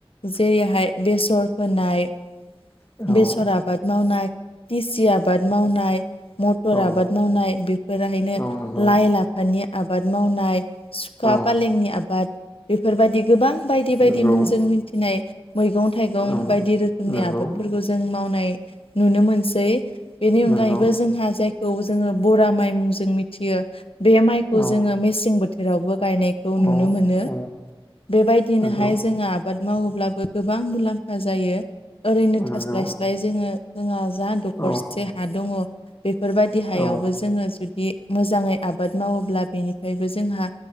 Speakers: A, on the left (about 75°); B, on the left (about 30°).
A: जेरैहाय बेसर फोनाय
B: औ
A: बेसर आबाद मावनाय दिसि आबाद मावनाय मटर
B: औ
A: आबाद मावनाय बेफोराहायनो
B: औ नंगौ
A: लाइ लाफानि आबाद मावनाय सुखा
B: औ
A: फालेंनि आबाद बेफोरबायदि गोबां बायदि बायदि
B: नंगौ
A: मुंजों मिथिनाय मैगं थाइगं
B: औ
A: बायदि रोखोमनि
B: नंगौ
A: आबादफोरखौ जों मावनाय नुनो मोनसै बेनि अनगायैबो
B: नंगौ
A: जोंहा जायखौ जोङो बरा माइ मुंजों मिथियो बे माइखौ
B: औ
A: जोङो मेसें बोथोरावबो गायनायखौ
B: औ
A: नुनो मोनो
B: औ
A: बेबायदिनोहाय
B: नंगौ
A: जोङो आबाद मावोब्लाबो गोबां मुलाम्फा जायो ओरैनो
B: नंगौ
A: थास्लायस्लाय जोङो जोंहा जा दखरसे
B: औ
A: हा दङ बेफोरबायदि हायावबो
B: औ
A: जोङो जुदि मोजाङै आबाद मावोब्ला बेनिफ्रायबो जोंहा